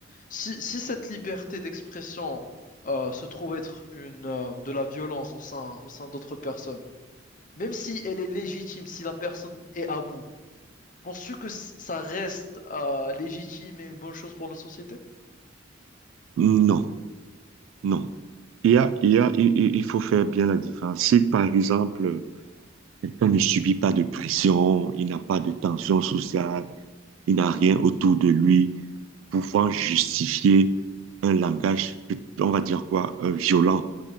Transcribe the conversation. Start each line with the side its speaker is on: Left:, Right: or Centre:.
Left: Si, si cette liberté d'expression euh, se trouve être une, euh, de la violence au sein, au sein d'autres personnes, même si elle est légitime, si la personne est à bout, penses-tu que c- ça reste euh, légitime et une bonne chose pour notre société?
Right: Non, non. Il y a, il y a, il, il- il faut faire bien la différence. Si par exemple, quelqu'un ne subit pas de pression, il n'a pas de tension sociale, il n'a rien autour de lui pouvant justifier un langage, on va dire quoi, euh, violent